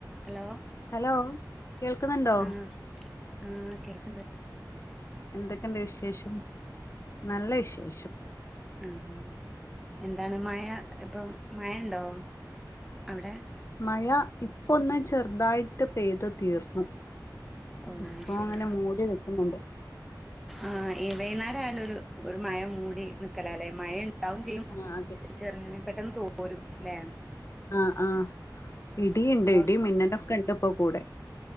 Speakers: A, in the centre; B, on the left.
A: Hello
B: hello കേൾക്കുന്നുണ്ടോ?
A: ആഹ് ആഹ് കേൾക്ക്ണ്ട്
B: എന്തൊക്കെണ്ട് വിശേഷം നല്ല വിശേഷം.
A: അഹ് എന്താണ് മഴ ഇപ്പൊ മഴ ണ്ടോ അവിടെ.
B: മഴ ഇപ്പൊന്ന് ചെറുതായിട്ട് പെയ്തു തീർന്നു.
A: ഓ
B: ഇപ്പൊ
A: അത് ശരി
B: അങ്ങനെ മൂടി നികുന്നുണ്ട്.
A: ആഹ് ഈ വൈന്നേരായാല് ഒരു ഒരു മഴ മൂടി നിക്കലല്ലെ മഴ ഉണ്ടാവും ചെയ്യും
B: ആഹ് അതെ
A: ചെറുങ്ങനെ പെട്ടെന്ന് തോരും ല്ലെ
B: ആഹ് ആഹ് ഇടിയുണ്ട്
A: ഇപ്പൊ
B: ഇടി മിന്നലൊക്കെണ്ട് ഇപ്പോ കൂടെ